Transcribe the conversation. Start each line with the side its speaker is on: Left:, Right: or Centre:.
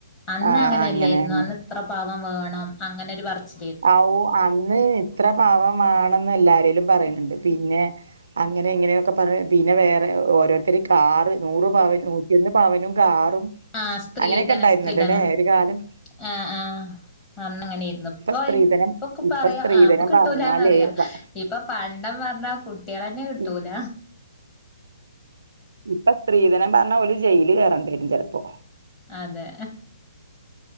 Left: അന്ന്
Right: ആ
Left: അങ്ങനെയല്ലായിരുന്നു,
Right: അങ്ങനെ അങ്ങനെ
Left: അന്ന് ഇത്ര പവം വേണം, അങ്ങനെരു പറർച്.
Right: ഔ, അന്ന് ഇത്ര പാവമാണെന്ന് എല്ലാരേലും പറയുന്നുണ്ട്. പിന്നെ. അങ്ങനെ, ഇങ്ങനെ യൊക്കെ പറഞ്ഞ്. പിന്നെ, വേറെ ഓരോരുത്തർ കാറ്, നൂറ് പവൻ നൂറ്റൊ ന്ന് പവനും കാറും.
Left: ആഹ്, സ്ത്രീധനം,
Right: അങ്ങനെയൊക്കെ ഉണ്ടായിരുന്നല്ലോ
Left: സ്ത്രീധനം.
Right: അല്ലേ ഒരു കാലം
Left: ആഹ്, ആഹ് അന്നങ്ങനെയിരുന്നു. ഇപ്പൊ.
Right: സ്ത്രീധനം
Left: ഉം, ഇപ്പൊ ക്കെ പറയാ,
Right: സ്ത്രീധനം
Left: ആഹ് ഇപ്പൊ കിട്ടൂലാ
Right: പറഞ്ഞാല്
Left: ന്ന് അറിയ.
Right: പ-
Left: ഇപ്പൊ, പണ്ടം പറഞ്ഞാ, കുട്ടികള തന്നെ കിട്ടൂല.
Right: ഇ ഇപ്പൊ, സ്ത്രീധനം പറഞ്ഞാ, ഓല് ജയില് കയറണ്ടരും ചിലപ്പോ?
Left: അതെ